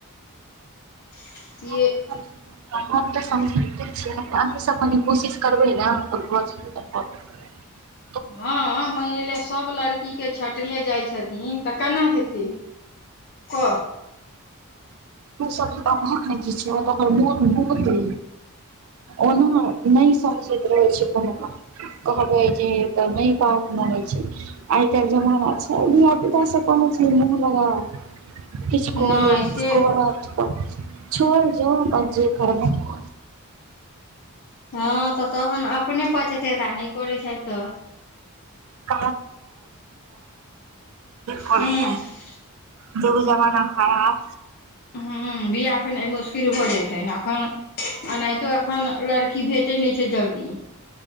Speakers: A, on the left; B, on the right.
A: <inaudible>
B: हम <inaudible> हम तऽ समझैबते छैय अही सब कनि कोशिश करबै न भ जतै <inaudible>
A: ह मैनले सब लड़की के छट टले जाइ छथिन तऽ केना हेतै कह
B: <inaudible> त सब अत ने कि छै त ओकर मोन बहुते ओना नय समझैत रहै छै कोनो <inaudible> बात कहबै जे तऽ नय बात मने छै आइ कइल जमाना छै धआ पुता से कोनो चीज मुह लगा <inaudible>
A: नहि से हँ तऽ तहन अपने पचेते त आ नय करैत छैथ तऽ
B: <inaudible> <inaudible> करै
A: हूँ
B: जगो जमाना खराब
A: ह बिआह भेनाइ मुश्किल भऽ जतै ने एखन आ नहि तो एखन लड़की भेटैत नय छै जल्दी